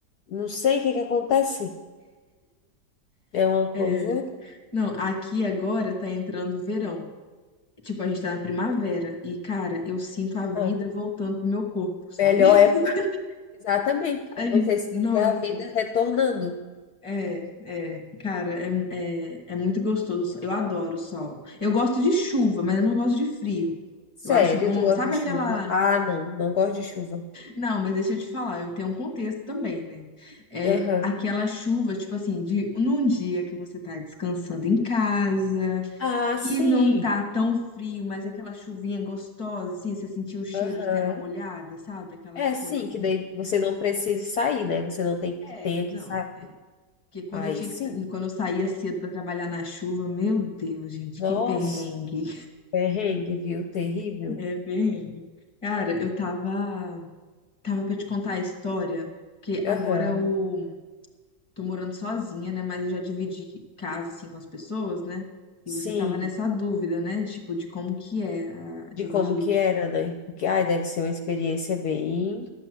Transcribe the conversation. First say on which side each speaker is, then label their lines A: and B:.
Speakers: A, on the left; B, on the left.
A: não sei o que que acontece. É uma
B: É.
A: coisa.
B: Não, aqui agora tá entrando o verão. Tipo, a gente tá na primavera e, cara, eu sinto a vida
A: Ah,
B: voltando pro meu corpo, sabe?
A: melhor
B: <laughs>
A: é Exatamente. É
B: A gente,
A: você sentir
B: nossa,
A: a vida retornando.
B: é, é, cara, é, é, é muito gostoso. Eu adoro o sol. Eu gosto de chuva, mas eu não gosto de frio.
A: Sério,
B: Eu acho bom.
A: tu gosta
B: Sabe
A: de chuva?
B: aquela
A: Ah, não, não gosto de chuva.
B: Não, mas deixa eu te falar, eu tenho um contexto também, né? É
A: Aham.
B: aquela chuva, tipo assim, de num dia que você tá descansando em casa,
A: Ah, sim.
B: que não tá tão frio, mas aquela chuvinha gostosa, assim, você sentiu o cheiro
A: Aham.
B: de terra molhada, sabe? Aquela
A: É,
B: coisa
A: sim,
B: assim.
A: que daí você não precise sair, né? Você não tem que
B: É,
A: tenha que
B: não,
A: sair.
B: é. Porque quando
A: Aí
B: eu tinha
A: sim.
B: que, quando eu saía cedo pra trabalhar na chuva, meu Deus, gente,
A: Nossa,
B: que perrengue.
A: perrengue, viu? Terrível.
B: É, perrengue. Cara, eu tava, tava para te contar a história, porque
A: Aham.
B: agora o tô morando sozinha, né? Mas eu já dividi casa, assim, com as pessoas, né? E
A: Sim.
B: você tava nessa dúvida, né? Tipo, de como que é a-
A: de
B: dividir.
A: como que era, né? Porque, ai, deve ser uma experiência bem,